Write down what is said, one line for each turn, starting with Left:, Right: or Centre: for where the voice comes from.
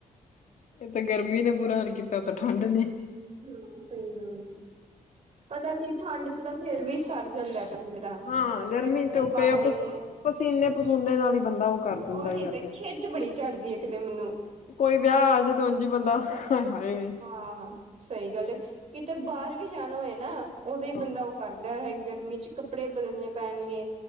Left: ਇੱਕ ਤਾਂ ਗਰਮੀ ਨੇ ਬੁਰਾ ਹਾਲ ਕੀਤਾ ਉਤੋਂ ਠੰਢ ਨੇ।
Right: ਹਾਂ ਸਹੀ ਗੱਲ ਆ ਪਤਾ ਕੀ ਠੰਡ 'ਚ ਤਾਂ ਫੇਰ ਵੀ ਸਰ ਜਾਂਦਾ ਬੰਦੇ ਦਾ।
Left: ਹਾਂ
Right: ਕੱਪੜੇ
Left: ਗਰਮੀ
Right: ਕੁਪੜੇ
Left: ਚ ਤਾਂ
Right: ਪਾ
Left: ਕਈ
Right: ਲਏ।
Left: ਆਪਸ ਪਸੀਨੇ ਪਸੂਨੇ ਨਾਲ ਹੀ ਬੰਦਾ ਉਹ ਕਰ ਦਿੰਦਾ
Right: ਓਹੀ
Left: ਹੈ ਗਰਮੀ
Right: ਤੇ ਖਿੱਝ ਬੜੀ ਚੜਦੀ ਐ ਇੱਕ ਤੇ ਮੈਨੂੰ
Left: ਕੋਈ ਵਿਆਹ ਆਜੇ ਤਾਂ ਉੰਝ ਬੰਦਾ ਆਏ ਹਾਏ।
Right: ਹਾਂ-ਹਾਂ ਸਹੀ ਗੱਲ ਕਿਤੇ ਬਾਹਰ ਵੀ ਜਾਣਾ ਹੋਏ ਨਾ ਉਦੋਂ ਹੀ
Left: ਹਾਂ
Right: ਬੰਦਾ ਕਰਦਾ ਗਰਮੀ 'ਚ ਕੱਪੜੇ ਬਦਲਣੇ ਪੈਣਗੇ